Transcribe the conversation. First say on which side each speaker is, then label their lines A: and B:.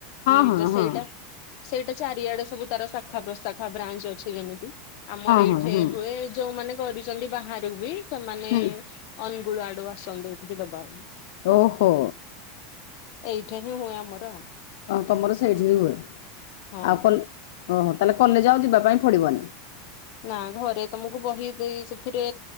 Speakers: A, on the left (about 60°); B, on the left (about 75°).
A: ଇ
B: ହଁ
A: ତ
B: ହଁ
A: ସେଇଟା
B: ହଁ
A: ସେଇଟା ଚାରିଆଡେ ସବୁ ତାର ଶାଖା ପ୍ରଶାଖା ବ୍ରାଞ୍ଚ ଅଛି ଯେମିତି ଆମର
B: ହଁ
A: ଏଇଠେ
B: ହୁଁ
A: ହୁଏ ଯୋଉମାନେ କରିଚନ୍ତି ବାହାରୁ ବି ସେମାନେ
B: ହୁଁ
A: ଅନୁଗୁଳ ଆଡୁ ଆସନ୍ତି ଏଠିକି ଦବା ପାଇଁ।
B: ଓହୋ।
A: ଏଇଠେ ହିଁ ହୁଏ ଆମର।
B: ଓ ତମର ସେଇଠି ବି ହୁଏ
A: ହଁ।
B: ଆଉ କଲ୍ ଓହୋ ତାହେଲେ କଲେଜ ଆଉ ଯିବା ପାଇଁ ପଡିବନ।
A: ନା ଘରେ ତମକୁ ବହି ଦେଇ ସେଥିରେ